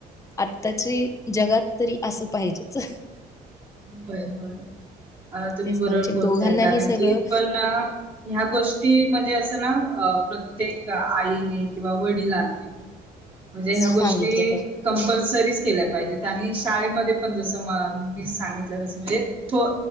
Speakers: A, on the left; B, on the right.
A: आत्ताची जगात तरी असं पाहिजेच
B: होय होय अ तुम्ही
A: तेच
B: बरोबर
A: ना म्हणजे
B: बोलताय
A: दोघांनाही
B: कारण
A: सगळं
B: की पण ह्या गोष्टी म्हणजे अस ना प्रत्येक आईने किंवा वडिलांनी म्हणजे
A: सांगितलं
B: ह्या गोष्टी
A: पाहिजे.
B: कंपल्सरी केल्या पाहिजेत आणि शाळेमध्ये पण जसं म मी ण आप त